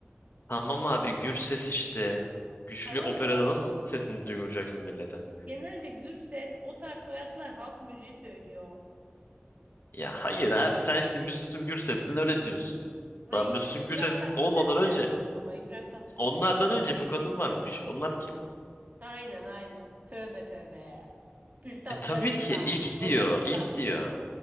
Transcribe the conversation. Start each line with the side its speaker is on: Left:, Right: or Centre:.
Left: Tamam abi Gürses işte. Güçlü
Right: Tamam
Left: operada
Right: da
Left: nasıl sesini duyuracaksın millete?
Right: genelde Gürses o tarz soyadlar halk müziği söylüyor.
Left: Ya hayır abi sen şimdi Müslüm Gürses'ten öyle diyorsun.
Right: Hayır
Left: Daha Müslüm
Right: İbrahim
Left: Gürses
Right: Tatlıses
Left: olmadan önce
Right: geldi aklıma İbrahim Tatlıses.
Left: onlardan önce bu kadın varmış. Onlar kim?
Right: Aynen aynen. Tövbe tövbe. Üstatlarımıza.
Left: E tabii ki ilk
Right: Onlar
Left: diyor.
Right: üstad.
Left: ilk diyor.